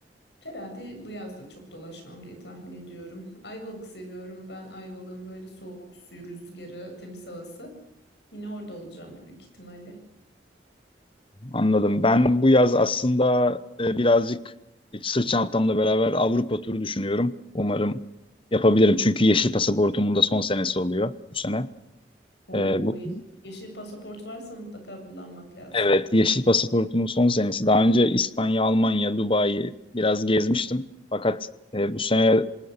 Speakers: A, on the left; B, on the left.
A: herhalde bu yaz da çok dolaşmam diye tahmin ediyorum. Ayvalık seviyorum ben. Ayvalık'ın böyle soğuk suyu, rüzgarı, temiz havası. Yine orada olacağım büyük ihtimalle.
B: Anladım. Ben bu yaz aslında e, birazcık iç sırt çantamla beraber Avrupa turu düşünüyorum. Umarım yapabilirim. Çünkü yeşil pasaportumun da son senesi oluyor bu sene.
A: O
B: E, bu,
A: yeşil, yeşil pasaport varsa mutlaka kullanmak lazım.
B: Evet, yeşil pasaportumun son senesi. Daha önce İspanya, Almanya, Dubai'yi biraz gezmiştim. Fakat e, bu sene